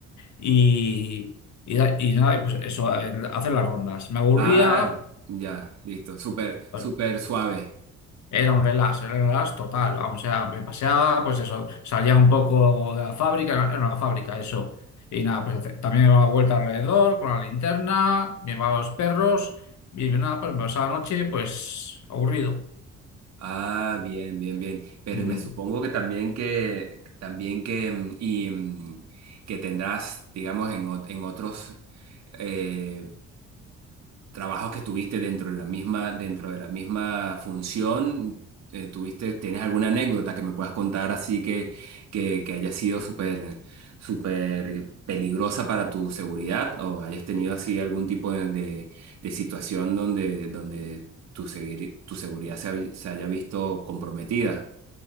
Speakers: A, on the left (about 70°); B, on the right (about 60°).
A: y, y, da- y nada, pues eso, el- hacer las rondas. Me aburría,
B: Ah, ya, listo. Súper,
A: pues,
B: súper suave.
A: era un relax, era un relax total, vamos, o sea, me paseaba, pues eso, salía un poco de la fábrica, era era una fábrica eso. Y nada, pues hace- también me daba vuelta alrededor con la linterna, me llevaba los perros y nada, pues me pasaba la noche, pues aburrido.
B: Ah, bien, bien, bien. Pero
A: Mm.
B: me supongo que también que también que mm, y mm, que tendrás, digamos, en, ot- en otros eh, trabajos que tuviste dentro de la misma, dentro de la misma función, eh, tuviste, ¿tienes alguna anécdota que me puedas contar así que, que, que haya sido súper, súper peligrosa para tu seguridad o hayas tenido así algún tipo de, de- de situación donde, donde tu, seguir- tu seguridad se, ha- se haya visto comprometida?